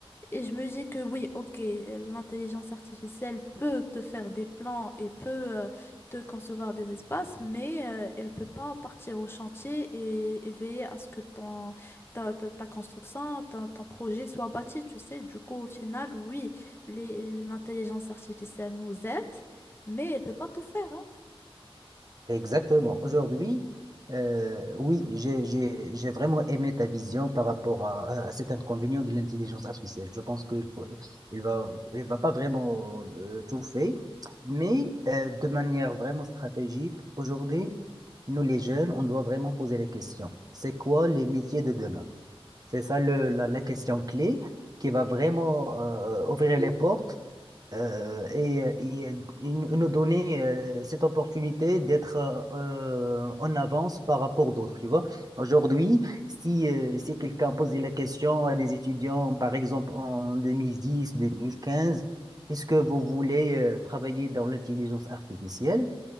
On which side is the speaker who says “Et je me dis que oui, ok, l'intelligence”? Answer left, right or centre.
Left